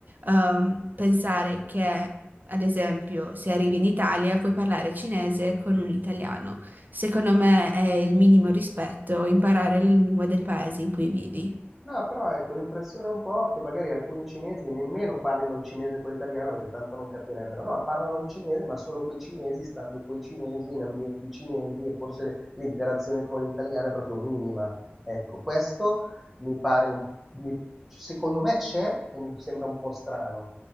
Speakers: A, on the right; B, in the centre.
A: ehm, pensare che, ad esempio, se arrivi in Italia puoi parlare cinese con un italiano. Secondo me è il minimo rispetto imparare la lingua del paese in cui vivi.
B: No, però ecco, l'impressione un po' che magari alcuni cinesi nemmeno parlino il cinese con l'italiano perché tanto non capirebbero, no, parlano il cinese ma solo coi cinesi, stando coi cinesi, in ambienti cinesi e forse l'interazione con l'italiano è proprio minima. Ecco, questo mi pare un, mi- secondo me c'è e mi sembra un po' strano.